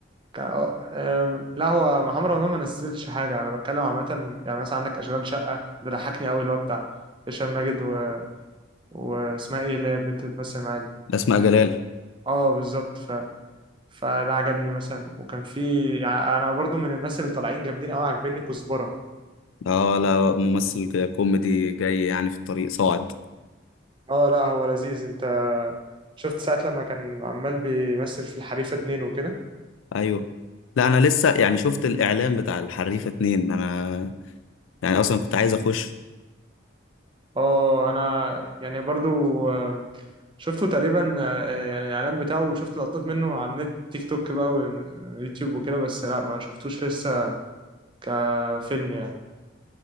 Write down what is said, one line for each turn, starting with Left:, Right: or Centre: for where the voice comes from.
Right: كان آه، آم، لا هو محمد رمضان ما نزلش حاجة أنا بتكلم عامة يعني مثلا عندك أشغال شقة ده ضحكني أوي اللي هو بتاع هشام ماجد و... واسمها إيه اللي هي البنت اللي بتمثل معاه دي
Left: اسماء جلال
Right: أه بالظبط ف... فده عجبني مثلا وكان في يعني أنا برضو من الناس اللي طالعين جامدين أوي عاجبني كزبرة
Left: اه لا ممثل كوميدي جاي يعني في الطريق صاعد
Right: أه لا هو لذيذ أنت شفت ساعة لما كان عمال بيمثل في الحريفة اتنين وكده
Left: ايوه لا انا لسه يعني شفت الاعلان بتاع الحريفه اتنين انا يعني اصلا كنت عايز اخش
Right: اه انا يعني برضو آه، شفته تقريبا آه، يعني الاعلان بتاعه وشفت لقطات منه على النت تيك توك بقى واليوتيوب وكده بس لا ما شفتوش لسه كفيلم يعني